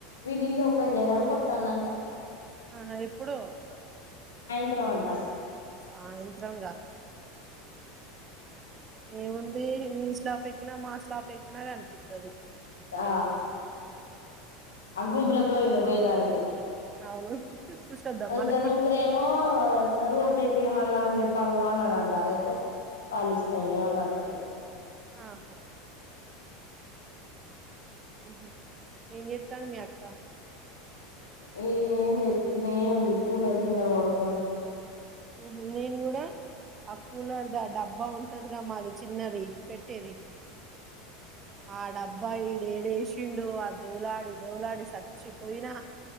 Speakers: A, on the left; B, on the right.
A: వీళ్ళల్లు ఓపెన్ చేయడానికి కొతాండంట
B: ఆ ఎప్పుడో
A: సాయంత్రం అంట
B: సాయంత్రంగా ఏముంది మీ స్లా పెక్కినా మా స్లాపెక్కినా కనిపితది
A: ఆ గుంపులో గోవింద పోయేదానికి
B: అవును చూసొద్దాం
A: ఆ
B: మనం
A: ఇద్దరు
B: కూడా
A: ముగ్గురేమో సార్ రోడ్ అయిపియ సంబందం అని చెప్పాడుదా అన్ని అంటారా అయితే వాళ్ళ ఇష్టం ఏమన్నా అనుకోని
B: ఆహా ఉహు ఏం చెత్తంది మీ అక్క
A: ఏంది తినే ఉంది కూలర్ కింద పడుకొని
B: ఉహుమ్ నేను కూడా ఆ కూలర్ దా డబ్బా ఉంటదిగా మాది చిన్నది పెట్టేది ఆ డబ్బా ఈడు యడేషి దిండు ఆ దౌలాడి దౌలాడి సచ్చిపోయినా